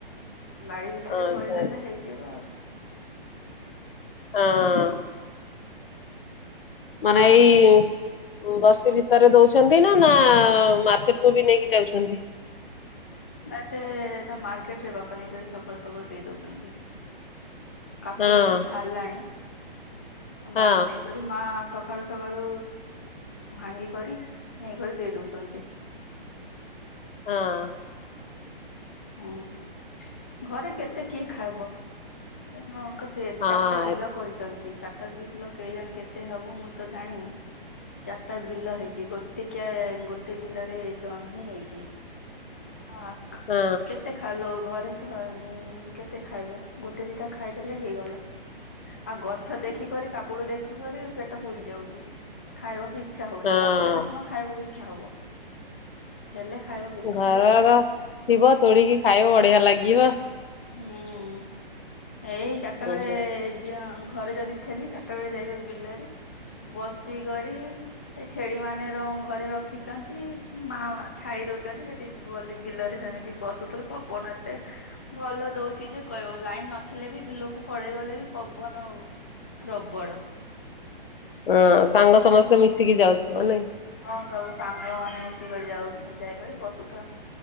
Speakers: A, on the left (about 15°); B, on the left (about 70°).
A: ବାଡି ଭି ଏଟା
B: ଆଚ୍ଛା
A: କରିଦେଲେ ହେଇଯିବ ଆଉ।
B: ହଁ। ମାନେ
A: ଆଉ
B: ଏଇ ବସ୍ତି ଭିତରେ ଦଉଛନ୍ତି ନା, ନା ମାର୍କେଟକୁୁ ବି ନେଇକି ଯାଉଛନ୍ତି?
A: ନା ସେ ଏଟା ମାର୍କେଟରେ ବାପା ନେଇକରି ସକାଳୁ ସକାଳୁ ଦେଇ ଦେଉଛନ୍ତି। କାକୁଡି
B: ହଁ
A: ଗୁରା ସବୁ ବାହାରିଲାଣି। ଆମ
B: ହଁ
A: ବାପା ନେଇ କରି ମା ସକାଳୁ ସକାଳୁ ଭାଙ୍ଗି କରି ନେଇକରି ଦେଇ ଦେଉଚନ୍ତି।
B: ହଁ।
A: ହୁଁ। ଘରେ କେତେ କିଏ ଖାଇବ। <unintelligible> ତେ
B: ହଁ
A: ଚାଟା ବିଲ କରିଚନ୍ତି। ଚାଟା ବିଲ କେଇଜାଣେ କେତେ ହେବ ମୁଁ ତ ଜାଣିନି। ଚାରଟା ବିଲ ହେଇଛି, ଗୋଟେ କିଆରିରେ ଗୋଟେ ବିଲରେ ଜହ୍ନି ହେଇଛି। ହଁ କ୍
B: ହଁ।
A: ଖାଲୋ ଘରେ ତ ହଁ ଉଁ, କେତେ ଖାଇବେ? ଗୋଟେ ଦିଟା ଖାଇଦେଲେ ହେଇଗଲା। ଆଉ ଗଛ ଦେଖିକରି କାକୁଡି ଦେଖୁ କରି ପେଟ ପୁରି ଯାଉଚି। ଖାଇବାକୁ ଇଚ୍ଛା ହଉନି,
B: ହଁ।
A: ନଥିଲେ ସିନା ଖାଇବାକୁ ଇଚ୍ଛା ହବ। ହେଲେ ଖାଇବା
B: ଘରର ଥିବ ତୋଳିକି ଖାଇବ ବଢିଆ ଲାଗିବ।
A: ହୁଁ, ଏଇ ଚାରଟା ବେଳେ
B: ଓହୋ।
A: ଯ ଉଁ ଘରେ ଯଦି ଥେଲି ଚାରଟା ବେଳେ ଯାଇକରି ବିଲରେ ବସି କରି ଏ ଛେଳି ମାନେ ରଉଁ ଘରେ ରଖିଚନ୍ତି ଉଁ, ମାମା ଛାଡି ଦଉଚନ୍ତି। ସେଠି ବଲି ବିଲରେ ସେମିତି ବସୁ ଥୁଲୁ ପବନ ଏତେ ଭଲ ଦଉଛି ଯେ କଇହବନି, ଲାଇନ୍ ନଥିଲେ ବି ବିଲକୁ ପଳେଇଗଲେ ବି ପବନ ଉ ପ୍ରବଳ।
B: ଅଁ, ସାଙ୍ଗ ସମସ୍ତେ ମିଶିକି ଯାଉଥିବ ନାଇଁ?
A: ହଁ ସବୁ ସାଙ୍ଗ ମାନେ ମିଶିକରି ଯାଉ। ଉଁ, ଯାଇକରି ବସୁଥୁବା।